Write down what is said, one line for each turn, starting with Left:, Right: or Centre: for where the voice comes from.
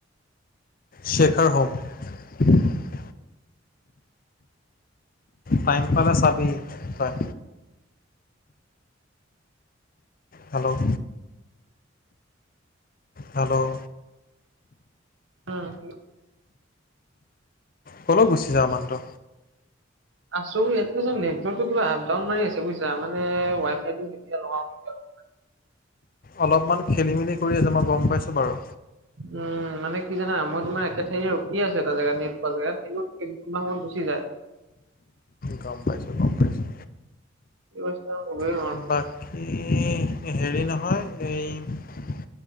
Left: শেখৰ হ'ম। <unintelligible> টাইম পালে চাবি তই। হেল্ল', হেল্ল',
Right: উম,
Left: কলৈ গুচি যাওঁ মানুহটো?
Right: আছো এইয়াতে নেটৰ্কটো কিবা আপ ডাউন মাৰি আছে বুজছা, মানে ৱাই ফাইটো কেতিয়া লগাও? কেতিয়া লগাওঁ।
Left: অলপমান খেলি মেলি কৰি আছে মই গম পাইছোঁ বাৰু।
Right: উম, মানে কি জানা মই তোমাৰ একে ঠাইতে ৰখি আছো এটা জেগাত, নেট পোৱা জেগাত, কিন্তু কোনোবা সময়ত গুচি যায়।
Left: গম পাইছোঁ গম পাইছোঁ।
Right: <unintelligible> হ'ল,
Left: <unintelligible> কি হেৰি নহয় এই